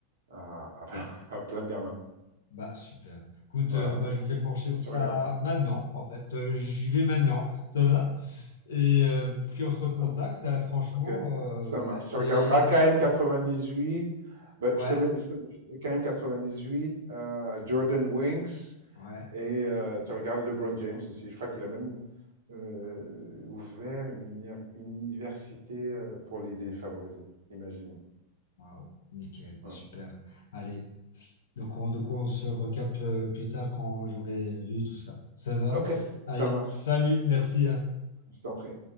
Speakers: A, on the right; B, on the left.
A: à- à- <laughs> à plein de gamins.
B: bah super. Écoute,
A: Voilà,
B: euh, bah, je vais pencher ça
A: tu regarderas.
B: maintenant, en fait. Euh, j'y vais maintenant, ça va? Et euh, puis on se recontacte,
A: Ça- va.
B: euh, franchement.
A: Ok,
B: euh,
A: ça marche. Tu
B: et
A: regarderas KM98, ben,
B: ouais,
A: je te mets KM98, euh, Jordan Winks,
B: ouais.
A: et euh, tu regardes LeBron James aussi. Je crois qu'il a même euh, ouvert une, uni- une université euh, pour les défavorisés, imagine.
B: Waouh, nickel, super.
A: Hum.
B: Allez, donc on, donc on se recapte euh, plus tard quand j'aurai vu tout ça. Ça va?
A: OK,
B: Allez,
A: ça marche.
B: salut, merci, hein.
A: Je t'en prie.